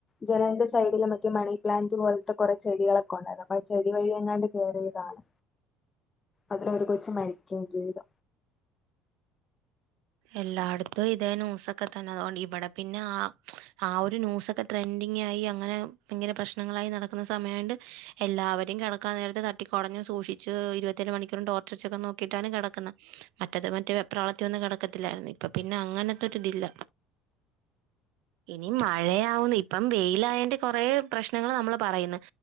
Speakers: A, on the left; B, on the right.
A: ജനലിന്റെ സൈഡില് മറ്റേ മണിപ്ലാന്റ് പോലത്തെ കൊറെ ചെടികളൊക്കെ ഒണ്ടായിരുന്നു അപ്പ ആ ചെടി വഴി എങ്ങാണ്ട് കയറിയതാണ് അത്ര ഒരു കൊച്ച് മരിക്കുകയും ചെയ്ത്
B: എല്ലാടത്തും ഇതേ ന്യൂസൊക്കെ തന്നെ അതുകൊണ്ട് ഇവിടെ പിന്നെ ആ ആ ഒരു ന്യൂസൊക്കെ ട്രെൻഡിങ് ആയി അങ്ങനെ പിന്നിലെ പ്രശ്നങ്ങളായി നടക്കുന്ന സമയണ്ട് എല്ലാവരെയും കെടക്കാൻ നേരത് തട്ടിക്കൊടഞ്ഞു സൂക്ഷിച്ചു ഇരുപത്തേര മണിക്കൂറും ടോർച്ചർച്ചൊക്കെ നോക്കിട്ടാണ് കിടക്കുന്ന മറ്റേത് മറ്റേ വെപ്രാളത്തി വന്ന് കിടക് ക്കത്തില്ലായിരുന്നു ഇപ്പൊ പിന്നെ അങ്ങനത്തൊരി ഇതില്ല ഇനി മഴയാവുന്നു ഇപ്പം വെയിൽ ആയെന്റെ കൊറേ പ്രശ്നങ്ങൾ നമ്മള് പറയുന്നു